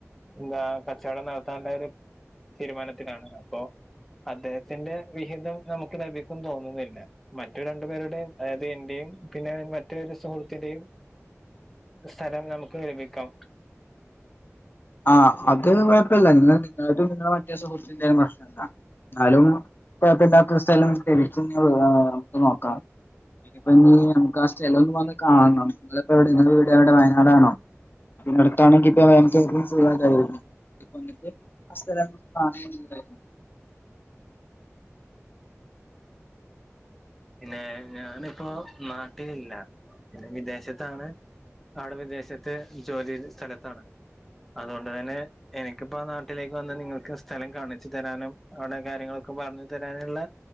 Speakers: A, in the centre; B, on the left.
A: എന്താ കച്ചവടം നടത്താനുള്ള ഒരു തീരുമാനത്തിലാണ് അപ്പോ അദ്ദേഹത്തിന്റെ വിഹിതം നമുക്ക് ലഭിക്കും തോന്നുന്നില്ല മറ്റു രണ്ടു പേരുടെയും അതായത് എന്റെയും പിന്നെ മറ്റൊരു സുഹൃത്തിന്റെയും സ്ഥലംനമുക്ക് വേടിക്കാം
B: ആഹ് അത് കുഴപ്പല്ല <unintelligible> നിങ്ങളെ മറ്റേ സുഹൃത്തിൻ്റേം മതി എന്നാലുംഴ കൊപ്പില്ലത്തൊരു സ്ഥലം ലഭിക്കും നമുക്ക് നോക്കാം ഇനിപ്പ ഇ നമുക്ക് ആ സ്ഥലം ഒന്ന് വന്ന് കാണണം നിപ്പോ എവിടെ നി വീട് എവിടെ വയനാടാണോ പി ന്നടുത്താണെങ്കി ഇപ്പ <inaudible> <inaudible> <unintelligible>
A: പിന്നെ ഞാനിപ്പോ നാട്ടിലില്ല പിന്നെ വിദേശത്താണ് ആവിടെ വിദേശത്ത് ജോലി സ്ഥലത്താണ് അതുകൊണ്ട് തന്നെ എനിക്കിപ്പോ ആ നാട്ടിലേക്ക് വന്ന് നിങ്ങൾക്ക് സ്ഥലം കാണിച്ചു തരാനും അവിടെ കാര്യങ്ങളൊക്കെ പറഞ്ഞു തരാനുള്ള